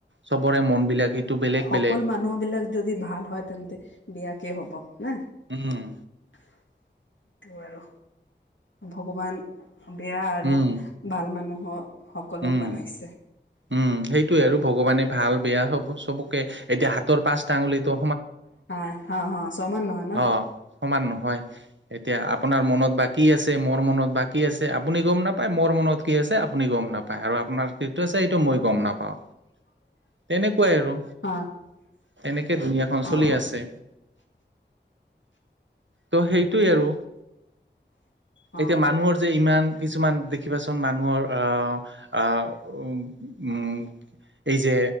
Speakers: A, on the right (about 80°); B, on the left (about 85°).
A: চবৰে মন বিলাক সেইটো বেলেগ
B: সকলো
A: বেলেগ
B: মানুহ বিলাক যদি ভাল হয় তেন্তে বিয়াকে হব। ন
A: উম
B: সেইটো আৰু। ভগৱান বেয়া আৰু
A: উম
B: ভাল মানুহৰ। সকলক
A: উম
B: বানাইছে।
A: উম, সেইটোৱে আৰু ভগৱানে ভাল বেয়া সব চবকে এতিয়া হাতৰ পাঁচটা আঙুলিতটো।
B: হয় হা - হা চমান নহয়। ন
A: অ', সমান নহয় এতিয়া আপোনাৰ মনত বাকী আছে মোৰ মনত বাকী আছে আপুনি গম নাপায়। মোৰ মনত কি আছে আপুনি গম নাপায়। পায় আৰু আপোনাৰ যটো আছে সটো মই গম নাপাও তেনেকুৱাই আৰু।
B: অ হয়
A: তেনেকে দুুনীয়াখন
B: অ
A: চলি আছে। ত' সেইটোৱেই আৰু
B: অ
A: এতিয়া মানুহৰ যে ইমান কিছুমান দেখিবাচোন মানুহৰ আহ - আহ উ - উ। এই যে